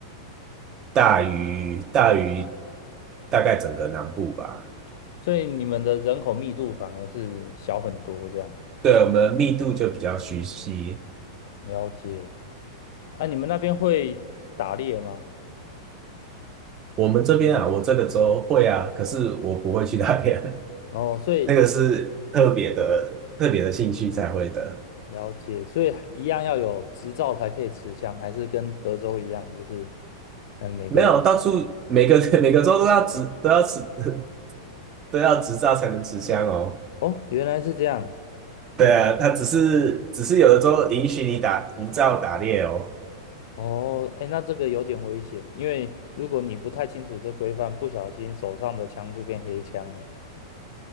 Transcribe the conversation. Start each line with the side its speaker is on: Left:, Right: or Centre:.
Right: 大于大于大概整个南部吧。
Left: 所以你们的人口密度反而是小很多这样。
Right: 对，我们密度就比较稀稀。
Left: 了解，啊，你们那边会打猎吗？
Right: 我们这边啊，我这个州会啊，可是我不会去那边，<laughs>
Left: 哦，所以
Right: 那个是特别的特别的兴趣才会的。
Left: 了解，所以一样要有执照才可以持枪，还是跟德州一样，就是嗯，每个人。
Right: 没有，到处每个 <laughs> 每个州都要执都要持 <laughs> 都要执照才能持枪哦。
Left: 哦，原来是这样。
Right: 对啊，他只是只是有的州允许你打无照打猎哦，
Left: 哦，哎，那这个有点危险，因为如果你不太清楚这规范，不小心手上的枪就变黑枪了。